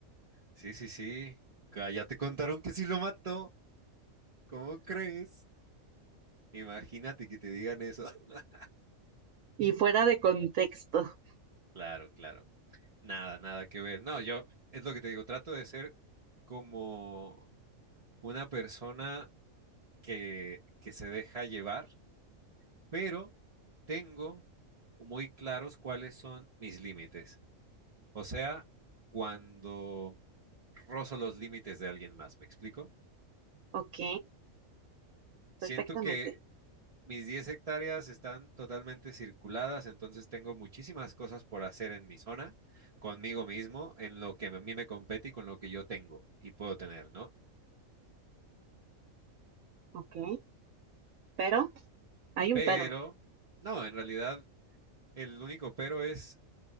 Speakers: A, on the right (about 30°); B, on the right (about 75°).
A: Sí, sí, sí. Ca- Ya te contaron que sí lo mató. ¿Cómo crees? Imagínate que te digan eso. <laughs>
B: Y fuera de contexto.
A: Claro, claro. Nada, nada que ver. No, yo es lo que te digo, trato de ser como una persona que, que se deja llevar, pero tengo muy claros cuáles son mis límites. O sea, cuando rozo los límites de alguien más, ¿me explico?
B: Ok, perfectamente.
A: Siento que mis 10 hectáreas están totalmente circuladas, entonces tengo muchísimas cosas por hacer en mi zona, conmigo mismo, en lo que a mí me compete y con lo que yo tengo y puedo tener, ¿no?
B: Ok, pero hay
A: Pero,
B: un pero.
A: no, en realidad el único pero es